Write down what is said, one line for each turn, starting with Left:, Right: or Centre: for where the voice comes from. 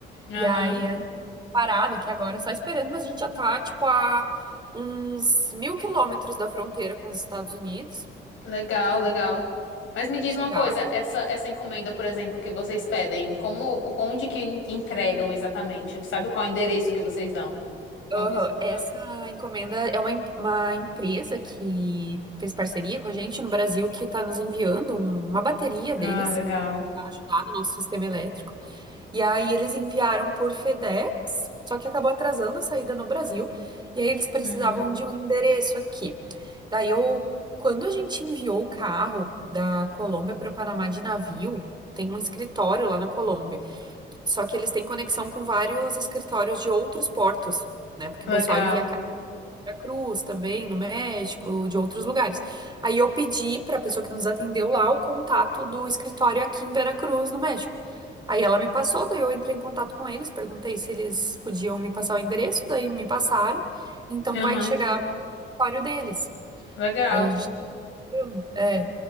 Left: Aham.
Right: E aí, a parada aqui agora, só esperando, mas a gente já tá, tipo, a uns mil quilômetros da fronteira com os Estados Unidos.
Left: Legal,
Right: Então,
Left: legal. Mas me diz
Right: se chegar.
Left: uma coisa, essa essa encomenda, por exemplo, que vocês pedem, como onde que en- entregam exatamente? Sabe qual é o endereço que vocês dão?
Right: Aham,
Left: Como que isso
Right: Essa
Left: funciona?
Right: encomenda é uma, em- uma empresa que fez parceria com a gente no Brasil que está nos enviando um- uma bateria
Left: Ah,
Right: deles
Left: legal.
Right: para ajudar no nosso sistema elétrico. E aí eles enviaram por FedEx, só que acabou atrasando a saída no Brasil. E aí eles precisavam
Left: Uhum.
Right: de um endereço aqui. Daí eu, quando a gente enviou o carro da Colômbia para o Panamá de navio, tem um escritório lá na Colômbia. Só que eles têm conexão com vários escritórios de outros portos né? Porque
Left: Legal.
Right: o pessoal envia Cruz também, no México, de outros lugares. Aí eu pedi para a pessoa que nos atendeu lá o contato do escritório aqui em Veracruz, no México. Aí ela me passou, daí eu entrei em contato com eles, perguntei se eles podiam me passar o endereço, daí me passaram. Então
Left: Aham.
Right: vai chegar o escritório deles.
Left: Legal.
Right: Aí a gente, é,